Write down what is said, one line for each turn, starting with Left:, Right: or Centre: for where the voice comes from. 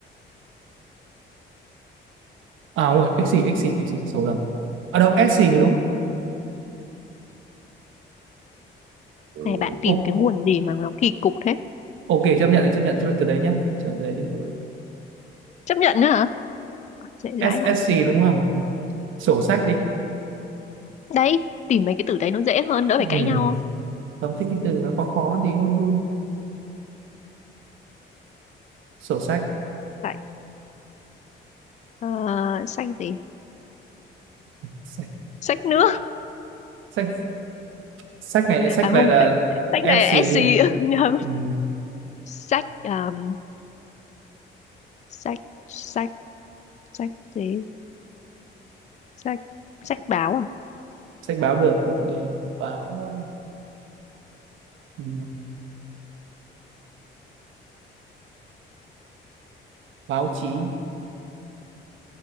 Right: à không rồi X gì X gì X gì sổ lồng ở đâu S gì mới đúng ừ,
Left: Này bạn tìm
Right: O-
Left: cái nguồn gì mà nó kỳ cục thế?
Right: ok chấp nhận thì chấp nhận chấp nhận từ đấy nhá chấp nhận từ đấy đi ừ.
Left: Chấp nhận nữa hả? Dễ dãi
Right: SSC
Left: vãi.
Right: đúng không sổ sách đi
Left: Đấy, tìm mấy cái từ đấy nó dễ hơn, đỡ phải cãi
Right: ừ.
Left: nhau.
Right: không thích cái từ nó có khó khó thì không vui sổ sách
Left: Sách, ờ, sách gì?
Right: sách,
Left: Sách nước.
Right: sách. sách này sách
Left: À
Right: này
Left: không,
Right: là
Left: sách, sách
Right: SC
Left: này là SC. <laughs> Nhầm.
Right: ừ.
Left: Sách, um, sách, sách, sách gì? Sách, sách báo à?
Right: sách báo được ok báo ừ. báo chí